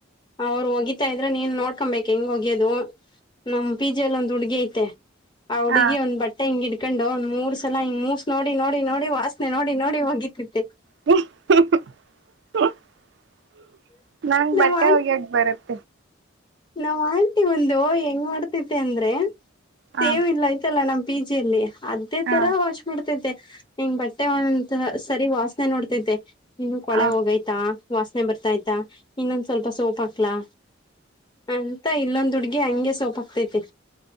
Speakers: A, on the left; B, on the right.
A: ಅವ್ರು ಹೋಗಿತಾ ಇದ್ರೆ ನೀನ್ ನೋಡ್ಕೊಂಬಕ್ ಹೆಂಗ್ ಹೋಗ್ಯದು. ನಮ್ ಪಿಜೆ ಅಲ್ಲಿ ಒಂದು ಹುಡ್ಗಿ ಐತೆ. ಹುಡ್ಗಿ
B: ಹ
A: ಒಂದ್ ಬಟ್ಟೆ ಹಿಂಗ್ ಇಡ್ಕೊಂಡು ಒಂದ್ ಮೂರ್ ಸಲ ಹಿಂಗ್ ಮೂಸ ನೋಡಿ ನೋಡಿ ನೋಡಿ ವಾಸ್ನೆ ನೋಡಿ ನೋಡಿ ಹೋಗಿತೈತೆ.
B: <unintelligible> ನನಗ
A: ನಾವ್
B: ಬಟ್ಟೆ
A: ಆಂಟಿ
B: ಹೋಗಿಯಕ ಬರುತ್ತೆ.
A: ನಾವ್ ಆಂಟಿ ಒಂದು ಹೆಂಗ್ ಮಾಡ್ತೈತೆ ಅಂದ್ರೆ
B: ಹ
A: ಸೇವ ಇಲ್ಲ ಐಯ್ತಲ್ಲ ನಮ್ ಪೀಜಿಯಲ್ಲಿ ಅದೇ
B: ಹ
A: ತರ. ಡ್ತಿದ್ದೆ ಹೆಂಗ್ ಬಟ್ಟೆ <unintelligible> ಸರಿ ವಾಸನೆ ನೋಡ್ತಿದ್ದೆ. ಇನ್ನು ಕೊಳೆ
B: ಹ
A: ಹೋಗಯ್ತಾ ವಾಸನೆ ಬರ್ತಾಯ್ತಾ ಇನ್ನೊಂದ್ ಸ್ವಲ್ಪ ಸೋಪ್ ಹಾಕ್ಲಾ. ಅಂತ ಇಲ್ಲೊಂದು ಹುಡ್ಗಿ ಹಂಗೆ ಸೋಪ್ ಹಾಕ್ತೈತೆ